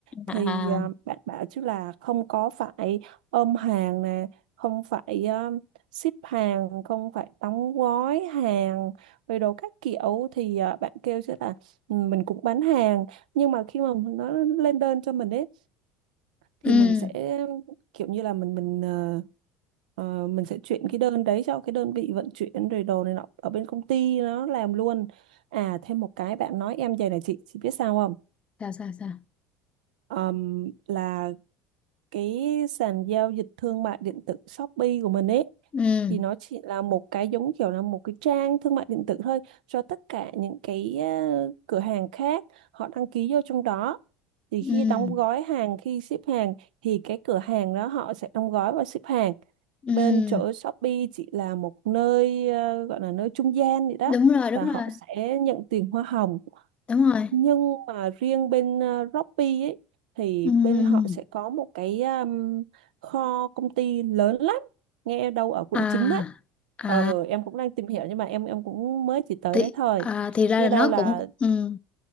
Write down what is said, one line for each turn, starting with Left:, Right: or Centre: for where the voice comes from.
Right: thì
Left: à
Right: à, bạn bảo chứ là không có phải ôm hàng nè không phải à, ship hàng không phải đóng gói hàng rồi đồ các kiểu thì à, bạn kêu chứ là "Ừ, mình cũng bán hàng nhưng mà khi mà nó lên đơn cho mình ấy thì
Left: ừ
Right: mình sẽ kiểu như là mình mình ờ, ờ, mình sẽ chuyển cái đơn đấy cho cái đơn vị vận chuyển rồi đồ này nọ ở bên công ty nó làm luôn à thêm một cái bạn nói em về này chị chị biết sao không
Left: sao sao sao
Right: Ờm, là cái sàn giao dịch thương mại điện tử Shopee của mình ấy
Left: ừ
Right: thì nó chỉ là một cái giống kiểu là một cái trang thương mại điện tử thôi cho tất cả những cái ờ, cửa hàng khác họ đăng ký vô trong đó thì
Left: ừ
Right: khi đóng gói hàng khi ship hàng thì cái cửa hàng đó họ sẽ đóng gói và ship hàng
Left: ừ
Right: bên chỗ Shopee chỉ là một nơi ờ, gọi là nơi trung gian vậy đó
Left: đúng rồi đúng
Right: và họ
Left: rồi
Right: sẽ nhận tiền hoa hồng
Left: đúng rồi
Right: nhưng mà riêng bên uh, Shopee ấy thì
Left: ừ
Right: bên họ sẽ có một cái um, kho công ty lớn lắm nghe đâu ở quận
Left: à
Right: chín á
Left: à
Right: ờ em cũng đang tìm hiểu nhưng mà em em cũng mới chỉ tới
Left: thì
Right: đấy thôi
Left: à, thì ra
Right: nghe
Left: là
Right: đâu
Left: nó
Right: là
Left: cũng ừ